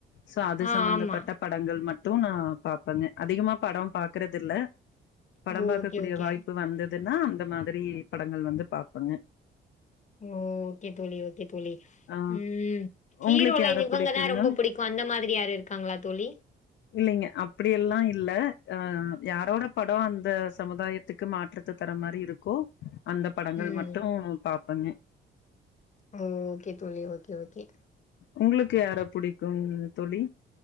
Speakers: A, on the left; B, on the left.
A: சோ அது
B: ஆ
A: சம்பந்தப்பட்ட
B: ஆமா
A: படங்கள் மட் ட்டுனா நா பாப்பேங்க அதிகமா படோ பாக்குறதில்ல படம்
B: ஓ
A: பார்க்கக்க
B: ஓகே
A: கூடிய
B: ஓகே
A: வாய்ப்பு வந்தத் அதுன்னா அந்த மாதிரி படங்கள் வந்து பாப்பங்க
B: ஓ கே தோழி ஓகே தோழி
A: ஆ
B: உம் ஹீரோல
A: உங்களுக்கு யார
B: இவங்கதா
A: புடிக்குங்க
B: ரொம்ப பிடிக்கும் அந்த மாதிரி யாரு இருக்காங்களா தோழி
A: இல்லைங்க அப்படியெல்லா இல்ல அ யாரோட படோ அந்த சமுதாயத்துக்கு மாற்றத்த தர மாரி இருக்கோ அந்த படங்கள்
B: ம்
A: மட்டு பாப் பண்ணு
B: ஓ ஓகே தோழி ஓகே ஓகே
A: உங்களுக்கு யார புடிக்குங் தோழி